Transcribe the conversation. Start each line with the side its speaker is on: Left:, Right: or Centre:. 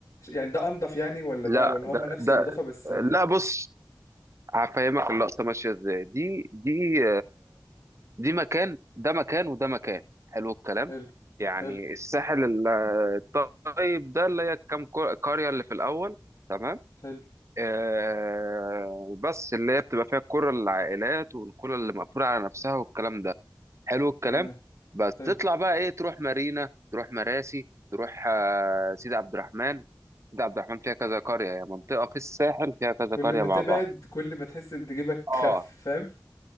Left: يعني ده انضف يعني ولا
Right: لا
Left: ده ولا هم
Right: ده
Left: نفس
Right: ده
Left: النظافه بس
Right: لا بص هفهمك اللقطه ماشيه ازاي دي دي دي مكان ده مكان وده مكان حلو الكلام
Left: حلو
Right: يعني
Left: حلو
Right: الساحل ال- الطيب ده اللي هي كام كو- قريه اللي في الاول تمام
Left: حلو
Right: آه بس اللي هي بتبقى فيها الكره للعائلات والكره اللي مقفوله على نفسها والكلام ده حلو الكلام
Left: تمام
Right: بس تطلع
Left: حلو
Right: بقى ايه تروح مارينا تروح مراسي تروح آه، سيدي عبد الرحمن سيدي عبد الرحمن فيها كذا قرية هي منطقة في الساحل فيها كذا
Left: كل
Right: قرية
Left: ما
Right: مع
Left: تبعد
Right: بعض
Left: كل ما تحس ان جيبك خف
Right: اه
Left: فاهم